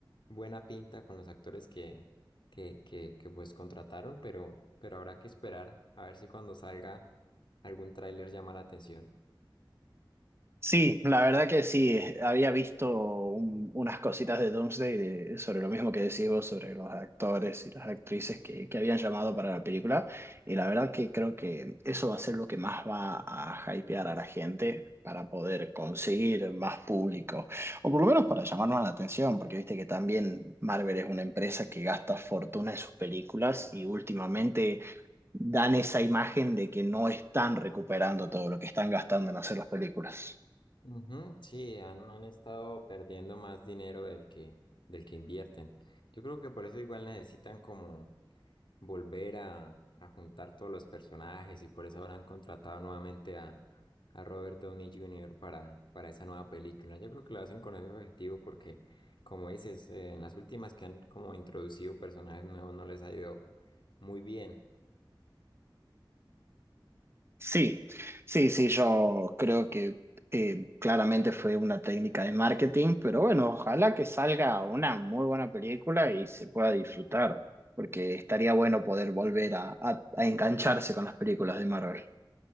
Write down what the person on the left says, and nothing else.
buena pinta con los actores que, que, que, que pues contrataron, pero, pero habrá que esperar a ver si cuando salga algún tráiler llama la atención.
Ujú, sí, han, han estado perdiendo más dinero del que, del que invierten. Yo creo que por eso igual necesitan como volver a, a juntar todos los personajes y por eso habrán contratado nuevamente a, a Robert Downey Jr. para, para esa nueva película. Yo creo que lo hacen con ese objetivo porque, como dices, eh, en las últimas que han como introducido personajes nuevos no les ha ido muy bien.